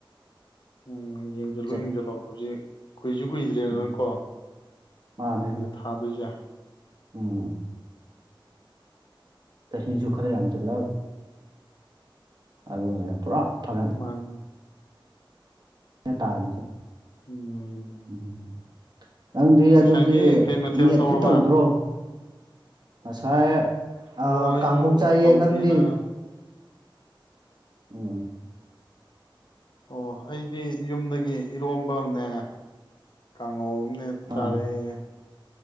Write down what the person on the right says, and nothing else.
ꯆꯦꯛ
ꯎꯝ ꯃꯥꯅꯦ
ꯎꯝ ꯆꯍꯤꯁꯨ ꯈꯔ ꯌꯥꯝ ꯖꯜꯂꯛ ꯑꯗꯨꯅꯦ ꯄꯨꯔꯥ ꯐꯔꯛꯅꯦ
ꯇꯥꯔꯤꯁꯦ
ꯎꯝ ꯅꯪꯗꯤ
ꯑꯗꯨꯗꯤ
ꯅꯦꯠꯇꯤ
ꯇꯧꯗ꯭ꯔꯣ ꯉꯁꯥꯏ ꯑ
ꯀꯥꯡꯍꯧ ꯆꯥꯏꯌꯦ
ꯅꯪꯗꯤ ꯎꯝ
ꯑꯥ